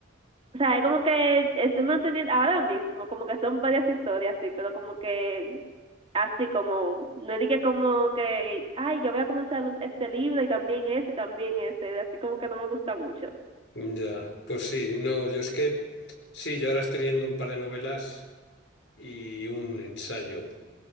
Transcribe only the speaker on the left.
Ya, pues sí, no, yo es que sí, yo ahora estoy leyendo un par de novelas y un ensayo.